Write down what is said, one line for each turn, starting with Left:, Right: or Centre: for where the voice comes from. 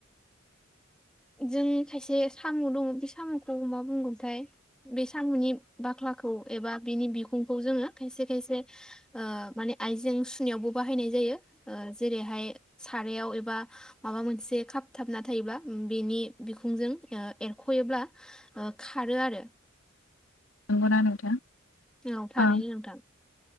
Centre: जों खायसे साम' दङ बे साम'खौ मा बुंगोनथाय बे साम'नि बाख्लाखौ एबा बेनि बिगुंखौ जोङो खायसे खायसे ओ माने आइजें सुनायावबो बाहायनाय जायो जेरैहाय सारायाव एबा माबा मोनसे खाबथाबना थायोब्ला बेनि बिखुंजों ओ एरख'योब्ला ओ खारो आरो।
Left: नंगौना नोंथां।
Centre: औ थारैनो
Left: ओ
Centre: नोंथां।